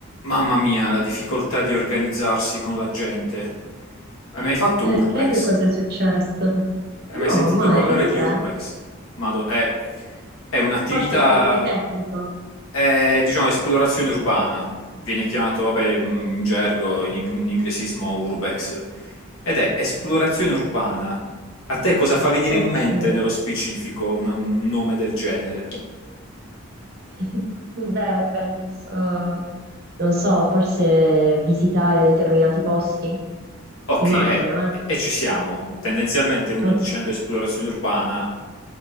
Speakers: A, on the left (about 80°); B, on the right (about 50°).
A: Mamma mia, la difficoltà di organizzarsi con la gente. Hai mai fatto
B: Perché?
A: Urbex?
B: Che cosa è successo?
A: Hai
B: No,
A: mai sentito
B: mai,
A: parlare
B: che cos'è?
A: di Urbex? Mado, è, è un'attività,
B: Forse è il termine tecnico.
A: è, diciamo, esplorazione urbana. Viene chiamato, vabbè, in gergo, in, ing- in inglesismo Urbex. Ed è esplorazione urbana. A te cosa fa venire
B: Ok.
A: in mente nello specifico una- un nome del genere?
B: <laughs> Beh, penso, non so, forse visitare determinati posti,
A: Ok,
B: immagino,
A: eh,
B: eh.
A: e, e ci siamo. Tendenzialmente uno
B: Ok.
A: dicendo esplorazione urbana,